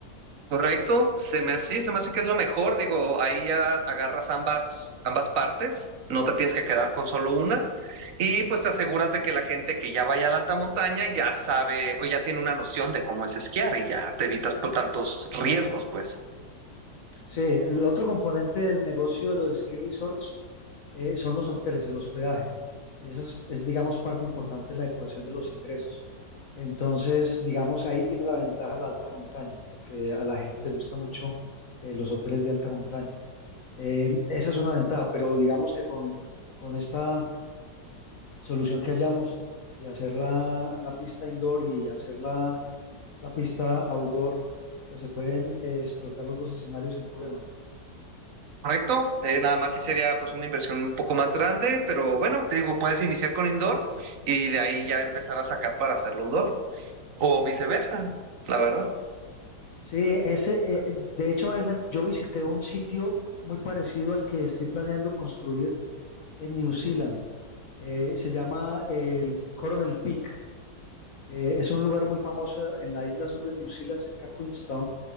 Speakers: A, on the right; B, on the left.
A: Correcto, se me hace, se me hace que es lo mejor, digo, ahí ya agarras ambas, ambas partes, no te tienes que quedar con solo una, y pues te aseguras de que la gente que ya vaya a la alta montaña ya sabe o ya tiene una noción de cómo es esquiar y ya te evitas por tantos riesgos, pues.
B: Sí, el otro componente del negocio de los ski resorts eh, son los hoteles, el hospedaje. Eso es, es, digamos, parte importante de la ecuación de los ingresos. Entonces, digamos, ahí tiene la ventaja la alta montaña, porque a la gente le gusta mucho eh, los hoteles de alta montaña. Eh, esa es una ventaja, pero digamos que con, con esta solución que hallamos de hacer la, la pista indoor y hacer la, la pista outdoor, pues se pueden eh, explotar los dos escenarios sin problema.
A: Correcto, Eh, nada más sí sería pues una inversión un poco más grande, pero bueno, te digo, puedes iniciar con indoor y de ahí ya empezar a sacar para hacerlo outdoor, o viceversa, la verdad.
B: Sí, ese, eh, de hecho, ahí me- yo visité un sitio muy parecido al que estoy planeando construir en New Zealand. Eh, se llama el Coronel Peak. Eh, es un lugar muy famoso en la isla sur de New Zealand, cerca de Queenstown,